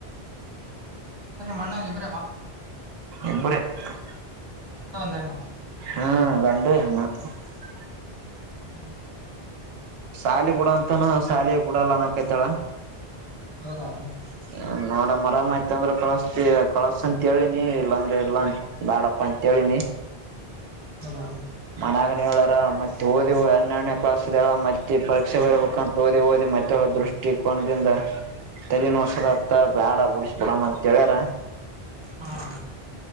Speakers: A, on the right; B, on the right.
A: ನಿಮ್ಮ ಅಣ್ಣಾಗ ಇಬ್ರೆ
B: ಎಬರಿ <unintelligible> ಹ <unintelligible>
A: ಅೊಂಡ ಬಂದಣ <unintelligible>
B: ಹಾ ಕಂಡ ಅಮ್ಮ <unintelligible>
A: ಹ್ಮ್ ಹ್ಮ್
B: ಶಾಲಿ ಬುಡ ಅಂತನೂ ಶಾಲಿ ಬುಡಲ್ಲನಕೈತಾಳ
A: ಹ <unintelligible>
B: ಹ ನೋಡಮ್ಮ ಆರಾಮ ಆಯತ ಅಂದ್ರೆ ಕಳಸ್ತ ಕಳಸ ಅಂತ ಹೇಳಿನಿ ಇಲ್ಲಾಂದ್ರೆ ಇಲ್ಲಾ ಅಂತ ಬ್ಯಾಡಪ್ಪ ಅಂತತ್ ಹೇಳೇಳಿನಿ
A: ಹೌದಾ
B: ಮನ್ಯಾಗನ ಹೇಳಾರ ಮತ್ತೆ ಓದವು ಹನ್ನೆರಡನೇ ಕ್ಲಾಸ್ ಸಳಾವ ಮಚ್ ಪರೀಕ್ಷೆ ಬರ್ಬೇಕಂತ ಓದಿ ಓದಿ ಮತ್ತೆ ದೃಷ್ಟಿಕೋನದಿಂದ ತಲೆನಸದತ್ತ ಬ್ಯಾಡ ಬುಡಸ ಬಿಡಮ್ಮ ಅಂತ ಹೇಳ್ಯಾರ
A: ಹಾ